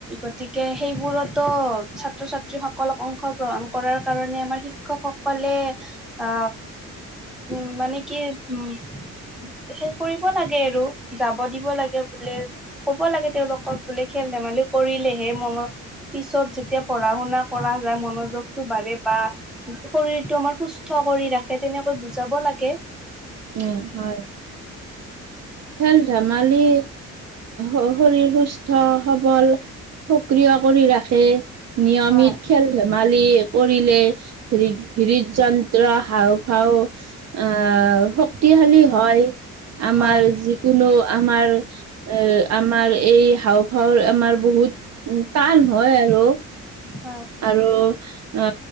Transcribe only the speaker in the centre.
গতিকে সেইবোৰত ছাত্ৰ ছাত্ৰীসকলক অংশ গ্ৰহণ কৰাৰ কাৰণে আমাৰ শিক্ষকসকলে অ উম মানে কি উম সে কৰিব লাগে আৰু যাব দিব লাগে বোলে কব লাগে তেওঁলোকক বোলে খেল ধেমালি কৰিলেহে মমাক পিছত যেতিয়া পঢ়া -শুনা কৰা যায় মনোযোগটো বাঢ়ে বা শৰীৰটো আমাৰ সুস্থ কৰি ৰাখে তেনেকৈ বুজাব লাগে
হয়
হয়
হয়